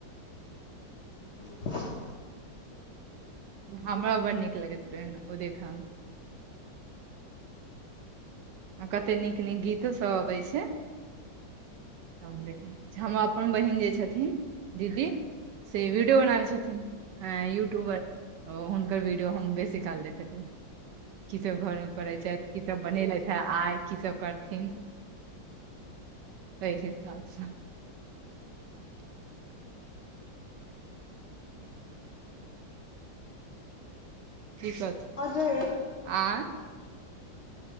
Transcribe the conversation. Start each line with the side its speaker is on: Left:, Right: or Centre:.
Left: क <unintelligible>
Right: हमरा बड नीक लगैत रहै ओ देख‌ म आ कतेक नीक नीक गीतोसभ अबैत छै हमर अपन बहिन जे छथिन दीदी से वीडियो बनाबै छथिन अ यूट्यूबर ओ हुनकर वीडियो हम बेसी काल देखैत रह की सब घर में करै छथि की सब बनेलथि आइ की सब करथिन ताहि हिसाबसँ <inaudible> की कहथुन
Left: अजे
Right: आंय